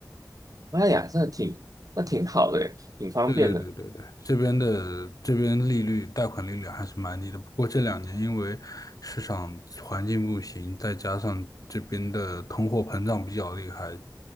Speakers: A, on the right (about 55°); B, on the left (about 55°).
A: 妈呀，那挺那挺好的，挺方便的。
B: 对对对对对，这边的这边利率贷款利率还是蛮低的，不过这两年因为市场环境不行，再加上这边的通货膨胀比较厉害，